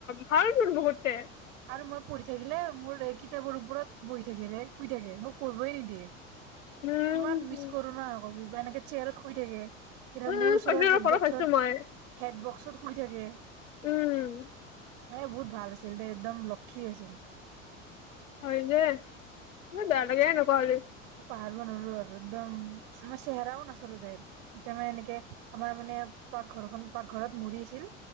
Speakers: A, on the left (about 80°); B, on the right (about 45°).
A: ভাল তোৰ বৌহতে
B: আৰু মই পঢ়ি থাকিলে মোৰ তেই কিতাপৰ উপৰত বহি থাকে ৰে শুই থাকে মোক পঢ়িব‌ই নিদিয়ে
A: উম
B: ইমান মিচ কৰো না হবি বা এনেকে চেয়াৰত শুই থাকে কেতিয়াবা
A: উম
B: মোৰ ওচৰৰ
A: কাজিৰঙাৰ
B: হেড
A: ফটো
B: বক্সত
A: চাইছো মই
B: হেড বক্স তত শুই থাকে
A: উম
B: এ বহুত ভাল আছিল দেই একদম লক্ষী আছিল
A: হয় দেই নালাগে হেনে কোৱা হলে
B: ধাৰ আৰু নল‌ওঁ আৰু একদমই জোৰচে এৰাও নাছিলো তাইৰ যেতিয়া মানে এনেকে আমাৰ মানে পাকঘৰখন পাকঘৰত মৰি আছিল